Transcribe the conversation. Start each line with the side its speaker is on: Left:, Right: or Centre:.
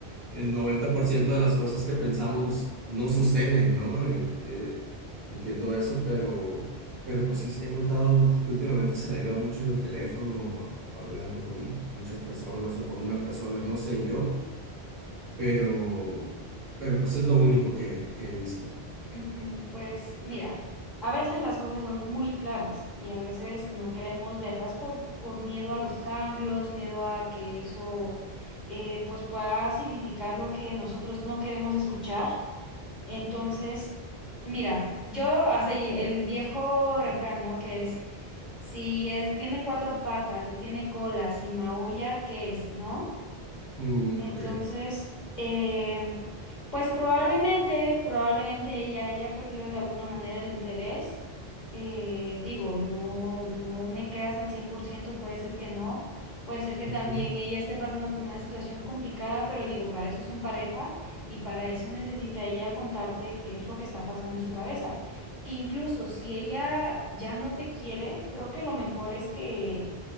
Right: el 90% de las cosas que pensamos no suceden, ¿no? Eh, eh, entiendo eso, pero... Pero pues sí, he notado ult- que últimamente se la lleva mucho en el teléfono, hablando con muchas personas o con una persona, no sé yo, pero, pero pues es lo único que, que he visto.
Left: ujú, Pues mira, a veces las cosas son muy claras y a veces no queremos verlas por, por miedo a los cambios, miedo a que eso eh, pues pueda significar lo que nosotros no queremos escuchar. Entonces, mira, yo así el viejo refrán, ¿no? Que es, si es, tiene cuatro patas, si tiene cola, si maulla, ¿qué es, no?
Right: Mm,
Left: Entonces,
Right: ok.
Left: eh, pues probablemente, probablemente ella haya perdido de alguna manera el interés. Eh, digo, no, no me creas al cien por ciento puede ser que no, puede ser que
Right: Ujú.
Left: también ella esté pasando por una situación complicada, pero digo, para eso son pareja y para eso necesita ella contarte qué es lo que está pasando en su cabeza. Que incluso si ella ya no te quiere, creo que lo mejor es que